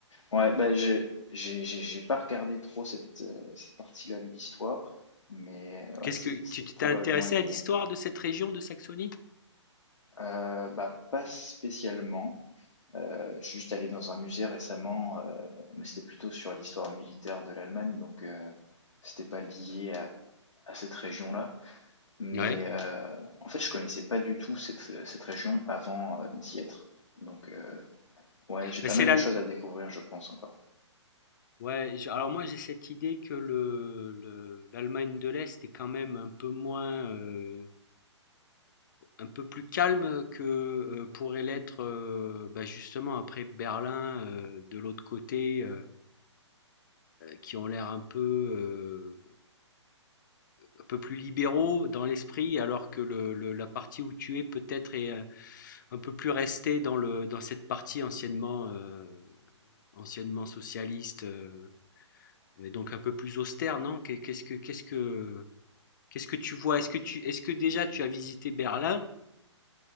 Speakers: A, on the left; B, on the left.
A: Ouais, bah, je, j'ai, j'ai, j'ai pas regardé trop cette, euh, cette partie-là de l'histoire, mais euh,
B: Qu'est-ce
A: ouais, c'est,
B: que
A: c'est
B: tu t'es
A: probablement
B: intéressé
A: lié.
B: à l'histoire de cette région de Saxonie?
A: Euh, bah, pas spécialement. Euh, je suis juste allé dans un musée récemment, euh, mais c'était plutôt sur l'histoire militaire de l'Allemagne, donc euh, c'était pas lié à, à cette région-là. Mais
B: Ouais.
A: euh, en fait, je connaissais pas du tout cette, cette région avant euh, d'y être. Donc, euh, ouais, j'ai
B: Bah,
A: pas
B: c'est
A: mal
B: la,
A: de choses à découvrir, je pense encore.
B: Ouais, j'- alors moi j'ai cette idée que le, le- l'Allemagne de l'Est est quand même un peu moins, euh, un peu plus calme que euh, pourrait l'être euh, bah, justement après Berlin euh, de l'autre côté, euh, qui ont l'air un peu, euh, un peu plus libéraux dans l'esprit, alors que le, le- la partie où tu es peut-être est euh, un peu plus restée dans le, dans cette partie anciennement, euh, anciennement socialiste. euh, et donc un peu plus austère, non? Qu'est- Qu'est-ce que, qu'est-ce que, Qu'est-ce que tu vois? Est-ce que tu, est-ce que déjà tu as visité Berlin,